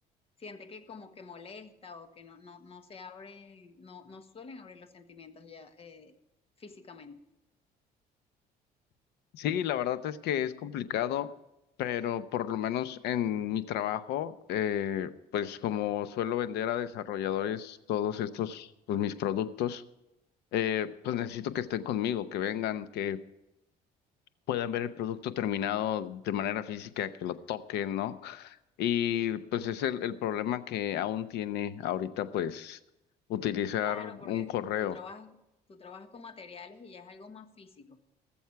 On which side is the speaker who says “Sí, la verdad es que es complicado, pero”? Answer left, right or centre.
Left